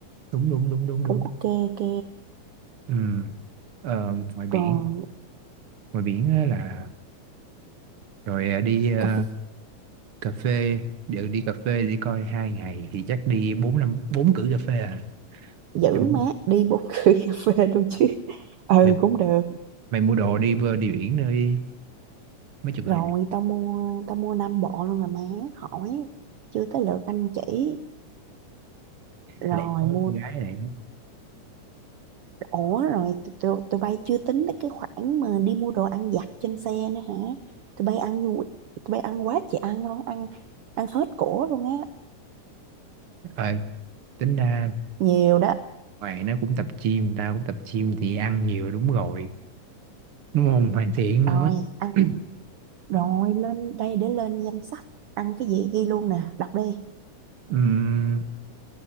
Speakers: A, on the right (about 50°); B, on the right (about 70°).
A: đúng đúng đúng đúng
B: cũng
A: đúng
B: ok ok
A: ừ. ờ, ngoài biển
B: rồi
A: ngoài biển á là rồi à, đi à,
B: cà phê
A: cà phê đều đi cà phê đi coi hai ngày thì chắc đi bốn năm bốn cử cà phê à
B: giữ
A: mày,
B: mát đi bốn <laughs> cây cà phê luôn chứ ừ
A: mày,
B: cũng được
A: mày mua đồ đi bơi đi biển nơi mấy chụp
B: rồi
A: hình
B: tao mua tao mua năm bộ luôn là má khỏi chưa tới lượt anh chỉ rồi
A: lẹ đó,
B: mua
A: con gái lẹ
B: Ủa rồi tụi, tụi, tụi bay chưa tính đến cái khoản mà đi mua đồ ăn vặt trên xe nữa hả? Tụi bay ăn nhu- tụi bay ăn quá chị ăn luôn, ăn ăn hết cổ luôn á,
A: ờ tính ra
B: nhiều đó.
A: ngoài nó cũng tập gym tao cũng tập gym thì ăn nhiều đúng rồi đúng không hoàn thiện nữa
B: Rồi, ăn
A: <clears throat>
B: rồi lên đây để lên danh sách, ăn cái gì ghi luôn nè, đọc đi.
A: Ừm,